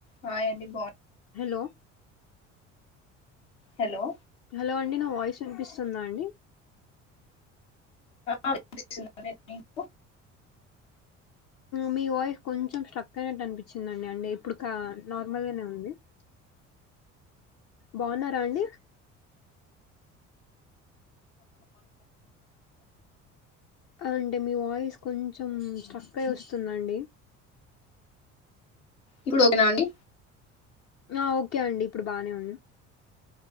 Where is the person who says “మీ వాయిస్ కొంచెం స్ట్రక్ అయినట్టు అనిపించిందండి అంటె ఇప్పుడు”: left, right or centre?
Left